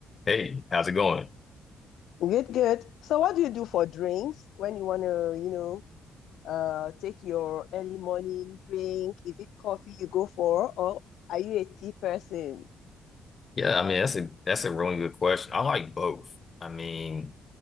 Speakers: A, on the left; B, on the left.
A: Hey, how's it going?
B: Good, good. So what do you do for drinks when you want to, you know, uh take your early morning drink? Is it coffee you go for, or are you a tea person?
A: Yeah, I mean that's a that's a really good question. I like both. I mean,